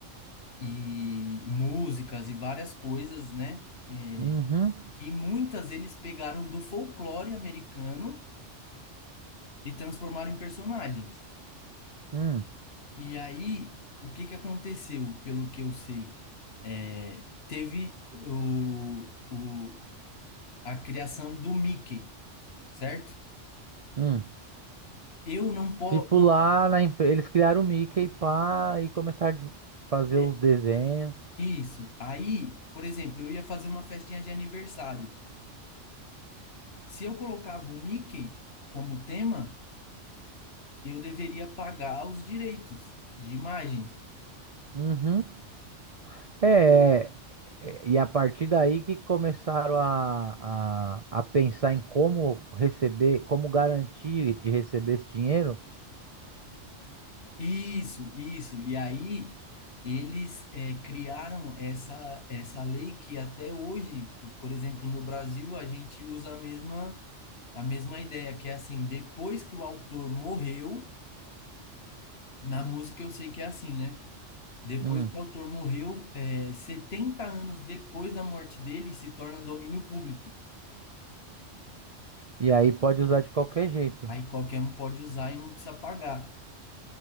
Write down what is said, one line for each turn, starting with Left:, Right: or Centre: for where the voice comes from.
Left: e músicas e várias coisas, né? É,
Right: Uhum.
Left: que muitas eles pegaram do folclore americano e transformaram em personagens.
Right: Hum.
Left: E aí, o que que aconteceu, pelo que eu sei? É, teve o, o, a criação do Mickey, certo?
Right: Hum.
Left: Eu não posso.
Right: Tipo
Left: Não,
Right: lá na empresa eles criaram o Mickey pá, e começaram a fazer
Left: é,
Right: os desenhos.
Left: isso. Aí, por exemplo, eu ia fazer uma festinha de aniversário. Se eu colocava o Mickey como tema, eu deveria pagar os direitos de imagem.
Right: Uhum. É, é, é, e a partir daí que começaram a, a, a pensar em como receber, como garantir de receber esse dinheiro.
Left: Isso, isso. E aí eles eh, criaram essa, essa lei que até hoje, por exemplo, no Brasil, a gente usa a mesma, a mesma ideia, que é assim, depois que o autor morreu, na música eu sei que é assim, né? Depois
Right: Hum,
Left: que o autor morreu, eh, 70 anos depois da morte dele, se torna domínio público.
Right: e aí pode usar de qualquer jeito.
Left: Aí qualquer um pode usar e não precisa pagar.